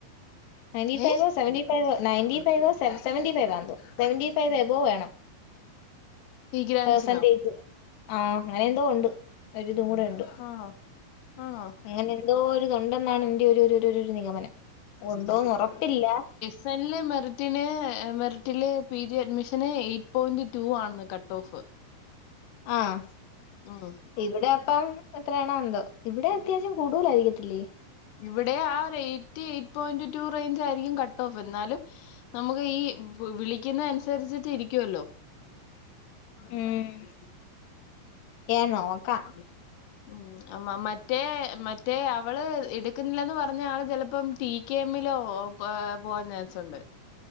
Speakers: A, on the left; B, on the left.
A: നയൻ്റി ഫൈവോ
B: ഏ
A: സെവൻ്റി ഫൈവ് നയന്റി ഫൈവോ സെവ് സെവന്റി ഫൈവാന്തോ സെവൻ്റി ഫൈവ് എബോ വേണം
B: ഈ ഗ്രാൻസിനോ
A: പെർസെന്റേജ് ആഹ് അങ്ങനെ എന്തോ ഉണ്ട് ഒരിതും കൂടെ ഉണ്ട്
B: ആഹ് ആണാ
A: അങ്ങനെ എന്തോ ഒരിതൊണ്ടെന്നാണ് എന്റെയൊരു ഒരു ഒരു ഒരു ഒരു നിഗമനം ഒണ്ടോന്ന് ഒറപ്പില്ല
B: സനില് മെറിറ്റിന് മെറിറ്റില് പി ജി അഡ്മിഷന് എയ് പോയിന്റ് റ്റൂ ആണെന്ന് കട്ട് ഓഫ്
A: ആഹ്
B: ഉം
A: ഇവിടെ അപ്പം എത്രയാണോ എന്തോ ഇവിടെം അത്യാവശ്യം കൂടൂലായിരിക്കത്തില്ലേ
B: ഇവിടെം ആ ഒരു eight eight point two range ആയിരിക്കും കട്ട് ഓഫ് എന്നാലും നമുക്ക് ഈ വിളിക്കുന്ന അനുസരിച്ചിട്ട് ഇരിക്കുവല്ലോ
A: ഉം ഏ നോക്കാം
B: ഉം അമ്മ മറ്റേ മറ്റേ അവള് എടുക്കുന്നില്ലന്ന് പറഞ്ഞ ആള് ചെലപ്പം ടീ കെമ്മിലോ പോ പോവാൻ ചാൻസുണ്ട്